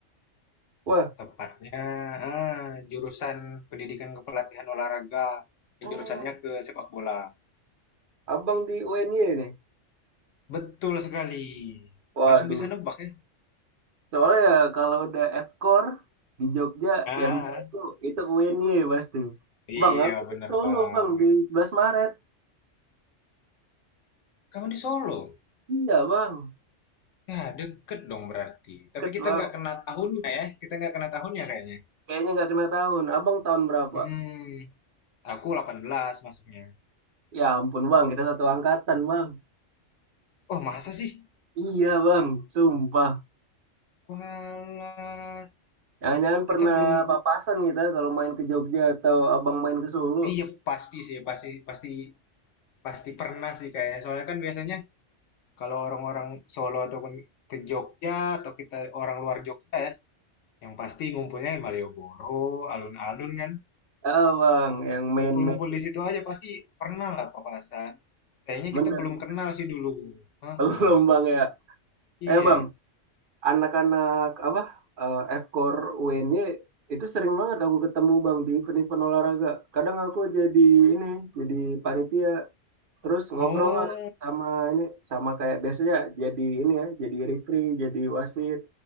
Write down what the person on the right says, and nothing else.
Wah,
oh,
Abang di UNY nih.
Waduh,
soalnya ya kalau udah Fkor di Jogja
yang itu itu UNY pasti. Bang,
aku
di Solo,
Bang, di 11 Maret.
Iya, Bang.
Ket,
Bang.
Kayaknya nggak kena tahun. Abang tahun berapa?
Ya ampun, Bang, kita satu angkatan, Bang.
Iya, Bang, sumpah.
Jangan-jangan
pernah
papasan kita kalau main ke Jogja atau abang main ke Solo.
Ah, bang, yang main-main.
Bener,
belum bang <laughs> ya.
Eh bang, anak-anak apa, eh, F-Core UNY itu sering banget aku ketemu bang di event-event olahraga. Kadang aku jadi ini, jadi panitia. Terus ngobrol
lah sama ini, sama kayak biasanya jadi ini ya, jadi referee, jadi wasit.